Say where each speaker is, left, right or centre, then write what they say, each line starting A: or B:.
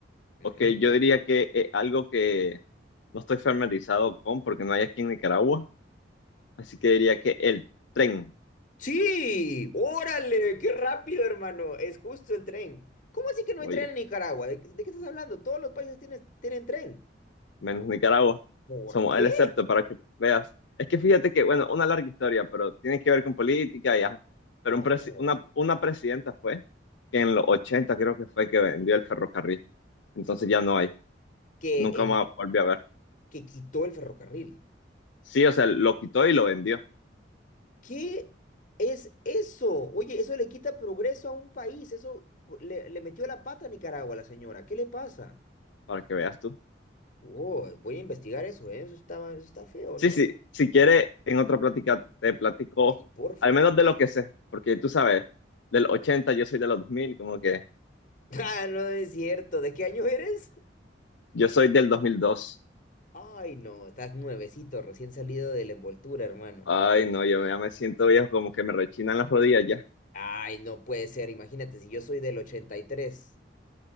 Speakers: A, on the left; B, on the left.
A: Ujú.
B: Ok, yo diría que es algo que no estoy familiarizado con porque no hay aquí en Nicaragua, así que diría que el tren.
A: Sí, órale, qué rápido, hermano. Es justo el tren. ¿Cómo así que no
B: Oye.
A: hay tren en Nicaragua? ¿De, de qué estás hablando? Todos los países tienen, tienen tren.
B: menos Nicaragua.
A: ¿Por
B: Somos
A: qué?
B: el excepto para que veas. Es que fíjate que, bueno, una larga historia, pero tiene que ver con política y ajá. Pero
A: Oh.
B: un presi- una, una presidenta fue que en los 80 creo que fue que vendió el ferrocarril. Entonces ya no hay.
A: Que,
B: Nunca
A: en,
B: más volví a ver.
A: que quitó el ferrocarril.
B: Sí, o sea, lo quitó y lo vendió,
A: ¿Qué es eso? Oye, eso le quita progreso a un país. Eso le, le metió la pata a Nicaragua, la señora. ¿Qué le pasa?
B: para que veas tú.
A: Oh, voy a investigar eso, ¿eh? Eso está, eso está feo,
B: Sí,
A: ¿no?
B: sí, si quiere, en otra plática te platico,
A: Sí, porfa.
B: al menos de
A: <laughs>
B: lo que sé, porque tú sabes, del 80 yo soy de los dos mil como que
A: Ah, no es cierto. ¿De qué año eres?
B: yo soy del dos mil dos
A: Ay, no, estás nuevecito, recién salido de la envoltura, hermano.
B: Ay, no, yo ya me siento viejo, como que me rechinan las rodillas ya.
A: Ay, no puede ser. Imagínate, si yo soy del 83.